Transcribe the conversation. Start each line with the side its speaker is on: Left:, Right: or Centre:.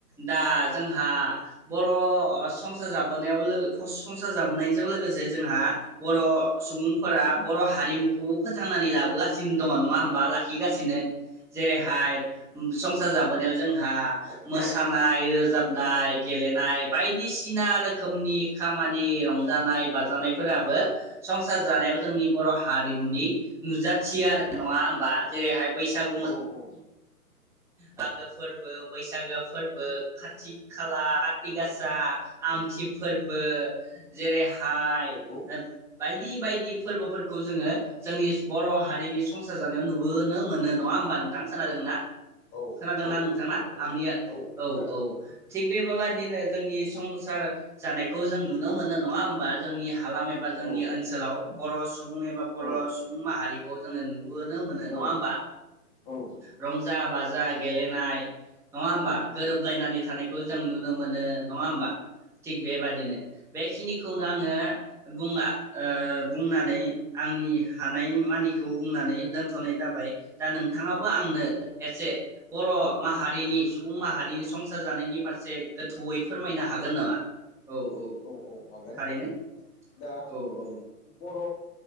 Centre: दा जोंहा बर संसार जाब <unintelligible> संसार जाबोनाय जों लोगोसे जोंहा बर सुबुं। फोरा बर' हारिमुखौबो फोथांनानै लाबोगासिनो दङ नङा। मा लाखिगासिनो। जेरैहाय संसार जाबोनायाव जोंहा मोस मोसानाय रोजाबनाय गेलेनाय बायदिसिना रोखोमनि खामानि रंजानाय बाजानायफोराबो संसार जानायाव जोंनि बर' हाद मुनि नुजाथियो आरो नङा बा जेरैहाय बैसागु
Left: औ औ।
Centre: मागो फोरबो बैसागो फोरबो खाथि खाला खाथि गासा आमथि फोरबो जेरै हाय
Left: नंगौ
Centre: <unintelligible> बायदि बेबायदि फोरबोफोरखौ जोङो जोंनि बर' हारिनि संसार जानायाव नुबोनो मोनो नङा होमबा नोंथां खोनादोंना?
Left: औ
Centre: खोनादोंना
Left: औ
Centre: नोंथाङा
Left: औ खोनादों
Centre: आंनिया औ
Left: खोनादों
Centre: औ थिग बे बेबादिनो
Left: औ
Centre: जोंनि संसार जानायखौ जों नुनो मोनो नङा होमबा जोंनि हालाम एबा जोंनि
Left: औ
Centre: ओनसोलाव बर' सुबुं एबा बर'
Left: औ
Centre: सुबुं माहारिखौ जोङो नुबोनो मोनो नङा
Left: औ
Centre: होमबा।
Left: औ औ
Centre: रंजा बाजा गेलेनाय नङा होमबा गोरोबलायनानै थानायखौ जों नुनो
Left: औ
Centre: मोनो नङा होमबा थिग बेबादिनो बेखिनिखौनो आंङो बुङा ओ बुंनानै आंनि हानाय मानिखौ बुंनानै दोनथनाय जाबाय दा नों थाङाबो आंनो एसे बर' माहारिनि सुबुं माहारिनि संसार जानायनि फारसे गोथौयै फोरमायनो हागोन नामा? औ औ।
Left: हागोन
Centre: थारैनो
Left: हागोन दा
Centre: औ औ
Left: बर'